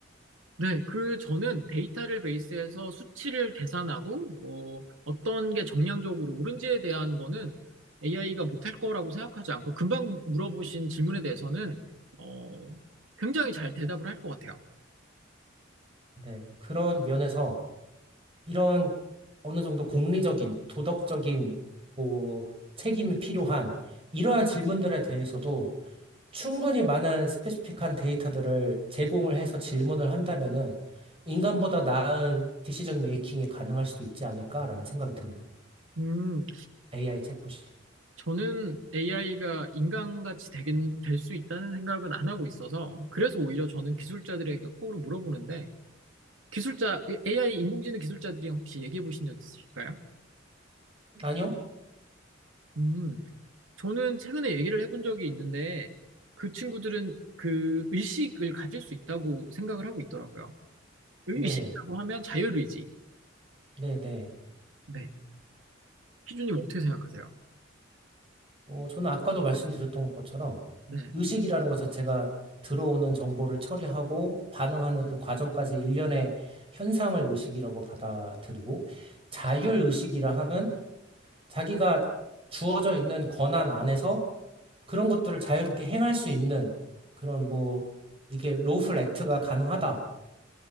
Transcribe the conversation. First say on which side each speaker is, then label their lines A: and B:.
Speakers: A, on the right; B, on the right.
A: 네, 그 저는 데이터를 베이스해서 수치를 계산하고 뭐 어떤 게 정량적으로 옳은지에 대한 거는 AI가 못할 거라고 생각하지 않고 금방 물어보신 질문에 대해서는 어, 굉장히 잘 대답을 할 것 같아요.
B: 네. 그런 면에서 이런 어느 정도 공리적인, 도덕적인 뭐 책임이 필요한 이러한 질문들에 대해서도 충분히 많은 스페시픽한 데이터들을 제공을 해서 질문을 한다면은 인간보다 나은 디시전 메이킹이 가능할 수도 있지 않을까라는 생각이 드네요.
A: 음,
B: AI 챗봇이.
A: 저는 AI가 인간같이 되긴 될 수 있다는 생각은 안 하고 있어서 그래서 오히려 저는 기술자들에게 거꾸로 물어보는데 기술자 AI 인공지능 기술자들이랑 혹시 얘기해 보신 적 있으실까요?
B: 아니요?
A: 음, 저는 최근에 얘기를 해본 적이 있는데 그 친구들은 그 의식을 가질 수 있다고 생각을 하고 있더라고요. 의식이라고
B: 네.
A: 하면 자율의지.
B: 네, 네.
A: 네. 희준님 어떻게 생각하세요?
B: 어, 저는 아까도 말씀드렸던 것처럼
A: 네.
B: 의식이라는 것 자체가 들어오는 정보를 처리하고 반응하는 그 과정까지 일련의 현상을 의식이라고 받아들이고 자율의식이라 하면 자기가 주어져 있는 권한 안에서 그런 것들을 자유롭게 행할 수 있는 그런 뭐 이게 로플 액트가 가능하다라는